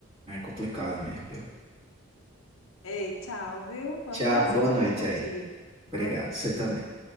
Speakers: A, on the right; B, on the left.
A: É complicado mesmo, viu?
B: Ei, tchau, viu? Foi
A: Tchau,
B: um prazer
A: boa
B: falar
A: noite
B: contigo.
A: aí.
B: Boa
A: Obrigado,
B: noite.
A: você também.